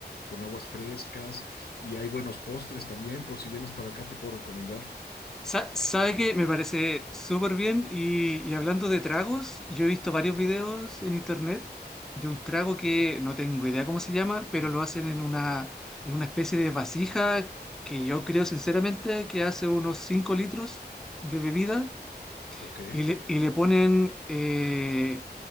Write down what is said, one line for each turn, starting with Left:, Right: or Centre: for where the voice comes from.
Left: con aguas frescas. Y hay buenos postres también, por si vienes para acá, te puedo recomendar.
Centre: Sa- ¿Sabe que Me parece súper bien. Y, y hablando de tragos, yo he visto varios videos en internet de un trago que no tengo idea cómo se llama, pero
Left: Ya.
Centre: lo hacen en una, en una especie de vasija que yo creo sinceramente que hace unos 5 litros de bebida
Left: Ok.
Centre: y le, y le ponen, eh,